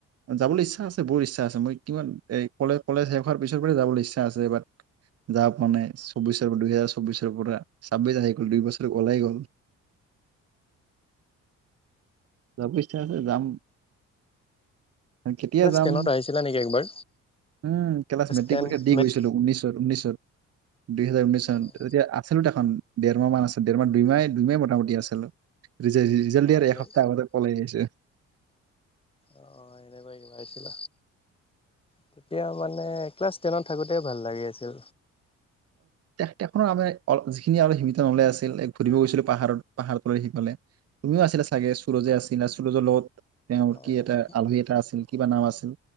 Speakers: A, on the right; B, on the left.
A: যাবলৈ ইচ্ছা আছে বহুত ইচ্ছা আছে, মই কিমান এ কলে কলেজ শেষ হোৱাৰ পিছৰ পৰাই যাবলৈ ইচ্ছা আছে, ব যা পোৱা নাই চৌবিশৰ পৰা দুইহেজাৰ চৌবিশৰ পৰা ছাব্বিশ আহি গল দুই বছৰ ওলাই গল, যাবলৈ ইচ্ছা আছে যাম। কেতিয়া
B: ক্লাছ
A: যাম,
B: টেনত আহিছিলা নেকি একবাৰ
A: উম ক্লাছ মেট্ৰিক
B: টেন
A: পৰীক্ষাত দি
B: মেট
A: গৈছিলো উনৈশত ঊনৈশত। দুইহেজাৰ ঊনৈশ
B: অ',
A: চন তেতিয়া আছিলো ত দে এখন ডেৰমাহ মান আছে, ডেৰ মাহ দুইমাহ দুইমাহ মোটামুটি আছিলো। জ ৰিজাল্ট
B: অ',
A: দিয়াৰ আৰু
B: এনে
A: এসপ্তাহ আগতে পলাই আহ আহিছে। উ <inaudible>
B: অ এনেকুৱা কিবা হৈছিল, তেতিয়া মানে ক্লাছ টেনত থাকোঁতে ভাল লাগি আছিল।
A: তেখনৰ আম অ যিখিনি আৰু সীমিত নলে আছিল এক ঘুৰিব গৈছিলো পাহাৰত পাহাৰ লৈ সিফালে, তুমিও আছিলা চাগে সুৰজে আছিলা সুৰজৰ লগত তেওঁৰ
B: অ'।
A: কি এটা আলহী এটা আছিল কিবা নাম আছিল